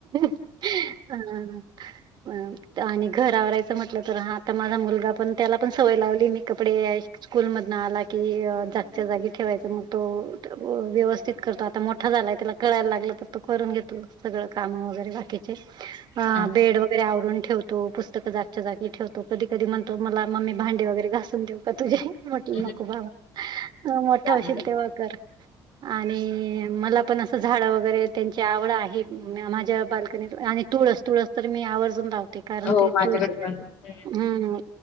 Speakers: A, on the right (about 55°); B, on the left (about 85°).
A: <inaudible> अ आणि त घर. घर आवरायचं म्हटलं तर, हा आता माझा मुलगा पण त्याला पण सवय लावली मी कपडे स्कूल मधन आला की जागच्या जागी ठेवायच, मग तो व्यवस्थित करतो. आता मोठा झालाय त्याला कळाय लागलं तर, तो करून घेतो सगळं काम वगैरे बाकीची. हा
B: अच्छा.
A: बेड वगैरे आवरून ठेवतो, पुस स्तक जागच्या जागे ठेवतो. कधी कधी म्हणतो मम्मी भांडे वगैरे घासून देऊ का तुझे? म्हटलं
B: हं.
A: नको बाबा! मोठा
B: चांगलं.
A: होशील तेव्हा कर. आणि मला पण असं झाड वगैरे त्यांची आवड आहे. पुन्हा माझ्या बालकनीत आने तुळस तुळस तर मी आवर्जून लावते, कारण
B: हो,
A: ते
B: माझ्याकडे
A: तुळस
B: पण. हं.
A: हूम